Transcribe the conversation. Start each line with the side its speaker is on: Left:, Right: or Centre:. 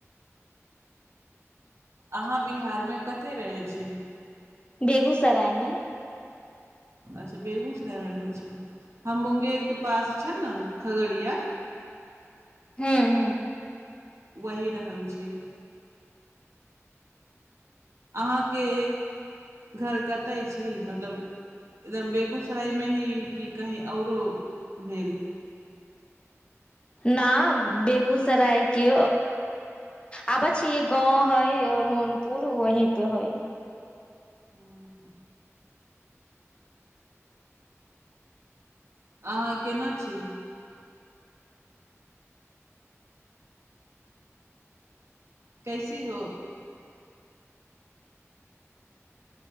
Right: अहाँ बिहार मे कतय रहै छी।
Left: बेगूसरायमे।
Right: अच्छा बेगूसरायमे रहैछीय हम मुंगेरके पास छ ने खगड़िया।
Left: ह्म ह।
Right: वही रहल छी। अहाँके घर कतय छी मतलब एकदम बेगूसराय मे ही कि कहीँ औरो भेल।
Left: न बेगूसराय के आब छी गाँव है नोनपुर वही पे हइ।
Right: ह्म। अहाँ केना छी। कैसी हो।